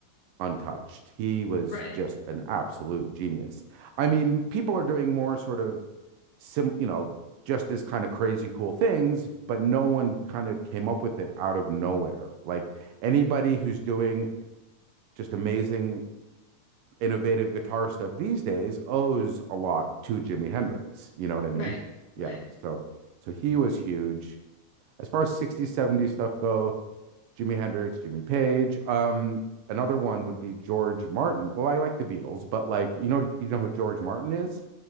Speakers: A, on the right (about 80°); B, on the left (about 55°).
A: untouched. He was
B: Right.
A: just an absolute genius. I mean, people are doing more sort of sim, you know, just as kind of crazy cool things, but no one kind of came up with it out of nowhere. Like anybody who's doing just amazing innovative guitar stuff these days owes a lot to Jimi Hendrix. You know what I mean?
B: Right.
A: Yeah.
B: Right.
A: So so he was huge. As far as 60s, 70s stuff go, Jimi Hendrix, Jimmy Page. Um, another one would be George Martin. Well, I like the Beatles, but like you know, you know who George Martin is?